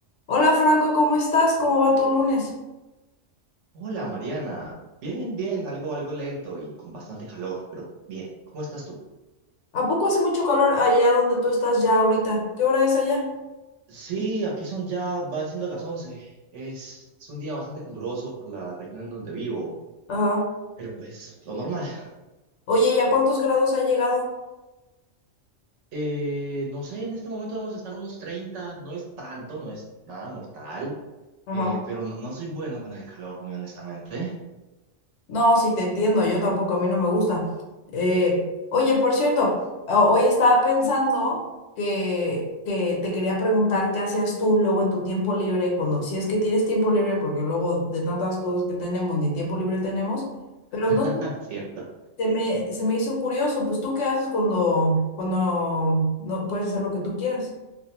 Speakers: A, on the left; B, on the right.
A: Hola Franco, ¿cómo estás? ¿Cómo va tu lunes?
B: Hola Mariana, bien, bien, algo, algo lento y con bastante calor, pero bien, ¿cómo estás tú?
A: ¿A poco hace mucho calor allá donde tú estás ya ahorita? ¿Qué hora es allá?
B: Sí, aquí son ya, van siendo las 11. es, es un día bastante caluroso por la región en donde vivo,
A: Ajá.
B: pero pues lo normal. <laughs>
A: Oye, ¿y a cuántos grados ha llegado?
B: Eh, no sé, en este momento debemos estar unos 30, no es tanto, no es nada mortal,
A: Ajá.
B: eh, pero no, no soy bueno con el calor, muy honestamente,
A: No, sí te entiendo, yo tampoco, a mí no me gusta. Eh, oye, por cierto, ho- hoy estaba pensando que, que te quería preguntar qué hacías tú luego en tu tiempo libre, cuando si es que tienes tiempo libre, porque luego de tantas cosas que tenemos, ni tiempo libre tenemos, pero
B: <laughs>
A: no sé
B: ¿cierto?
A: Se me, se me hizo curioso, pues tú qué haces cuando, cuando no puedes hacer lo que tú quieras.